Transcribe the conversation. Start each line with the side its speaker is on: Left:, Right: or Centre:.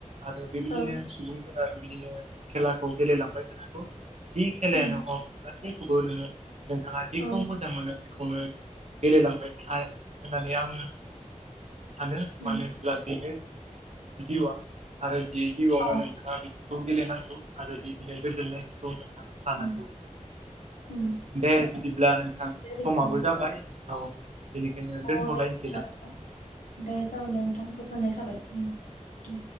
Right: आरो बेबायदिनो
Left: ओं
Right: सुबुं फोरा बिदिनो खेलाखौ गेलेलांबाय थानांगौ जि खेलायानो
Left: उम
Right: हक गासैखौबो नोङो नोंथाङा जेखौ
Left: औ
Right: मोजां मोजां मोनो बेखौनो गेलेलांबाय था होननानै आङो सानो
Left: उम
Right: मानो होनोब्ला बेनो जिउआ आरो बे जिउआवनो
Left: अ
Right: नोंथाङा खौ गेलेनांगौ आरो बिदिनो गोजोननायफोरखौ नोंथाङा लानांगौ।
Left: उम उम
Right: दे बिदिब्ला नोंथां
Left: दे बिदिब्ला
Right: समाबो जाबाय औ बेनिखायनो दोन्थ'लायसैदां
Left: औ दे बिदिब्ला नोंथां दे जागोन दे नोंथां गोजोननाय थाबाय। दे